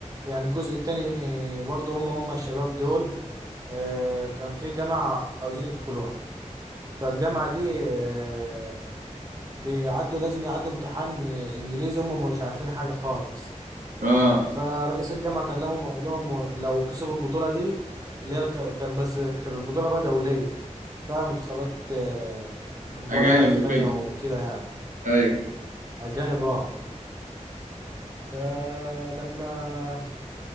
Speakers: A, on the right (about 30°); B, on the right (about 85°).
A: يعني الجزء التاني برضه هم هم الشباب دول آه كان في جامعة عاوزين يدخلوها فالجامعة دي آه بيعدوا لازم يعدوا امتحان انجليزي هم مش عارفين حاجة خالص
B: اه
A: فرئيس الجامعة كلمهم وقال لهم لو كسبوا البطولة دي اللي هي ك- كان بس كانت البطولة بقى دولية فيها منتخبات آه، من
B: اجانب
A: بره يعني اسبانيا
B: وكده
A: وكده يعني
B: ايوه
A: اجانب اه فلما